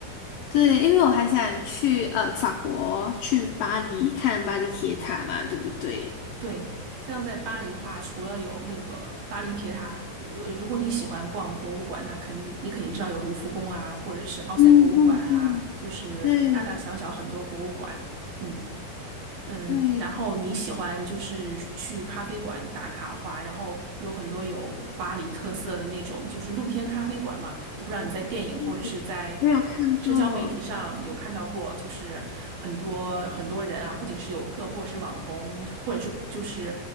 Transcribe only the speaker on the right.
<laughs> 对，像在巴黎的话，除了有那个巴黎铁塔，呃，如果你喜欢逛博物馆，那肯定你肯定知道有卢浮宫啊，或者是奥赛博物馆啊，
就是大大小小很多博物馆。
嗯。嗯，
然后你喜欢就是去咖啡馆打卡的话，然后有很多有巴黎特色的那种，就是露天咖啡馆嘛。我不知道你在电影或者是在
社交媒体上有看到过，就是很多很多人啊，不仅是游客或者是网红，或者是就是